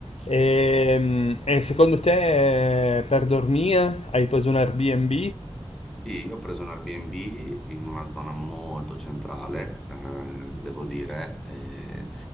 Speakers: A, on the left; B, in the centre.
A: Ehm,
B: sì.
A: E, secondo te eh, per dormire hai preso un Airbnb?
B: Sì, io ho preso un Airbnb in una zona molto centrale, eh, devo dire, e